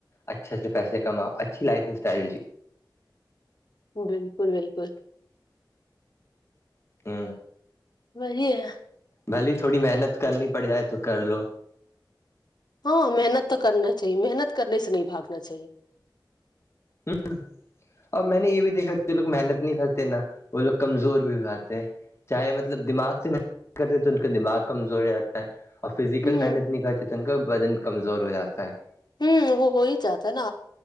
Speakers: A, on the left; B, on the left.
A: اچھے سے پیسے کماؤ اچھی لائف اسٹائل جی
B: بالکل بالکل
A: ہ
B: وہی ہے
A: بھلی تھوڑی محنت کرنی پڑ جائے تو کر لو
B: ہاں محنت تو کرنا چاہیے محنت کرنے سے نہیں باگنا چاہیے
A: ہوں اورب میں نے یہ بھی دیکھا جو لوگ محنت نہیں کرتے نا وہ لوگ کمزور بھی ہو آاتتے چاہے مطلب دماغ سے مح کرتے تو ان کا دماغ کمزور ہو جاتا ہے اور فزیکل
B: ہوں
A: محنت نہیں کرتے تو ان کا بدن کمزور ہو جاتا ہے
B: ہ وہ ہو ہی جاتا ہے نا